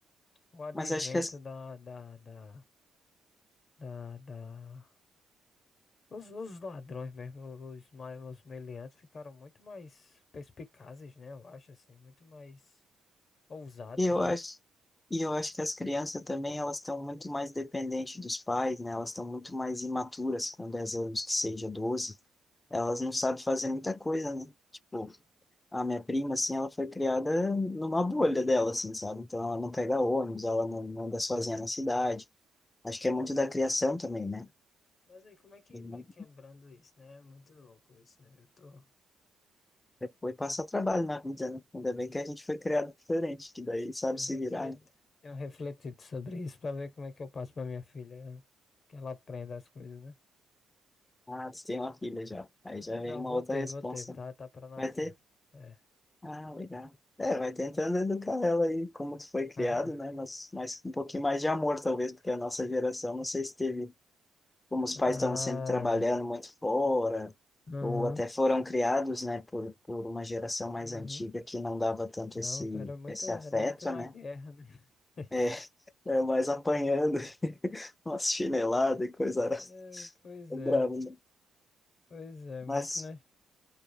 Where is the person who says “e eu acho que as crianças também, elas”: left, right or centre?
Left